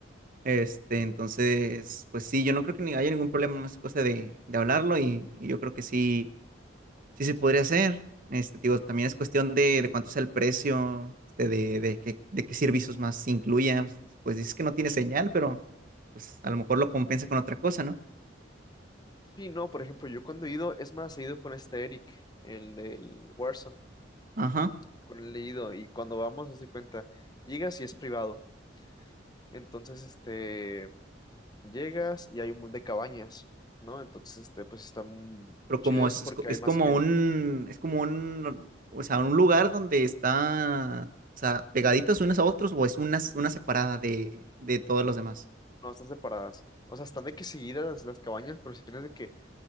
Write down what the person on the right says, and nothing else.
Este, entonces, pues sí, yo no creo que ni haya ningún problema, más es cosa de, de hablarlo y, y yo creo que sí, sí se podría hacer. Este, digo, también es cuestión de, de cuánto sea el precio, este, de, de qué, de qué servicios más se incluya. Pues, pues dices que no tiene señal, pero pues a lo mejor lo compensa con otra cosa, ¿no?
Ajá.
pero
como
es,
es, co- es
como
un, es como un, o sea, un lugar donde está, o sea, pegaditas unas a otras o es una, una separada de, de todos los demás.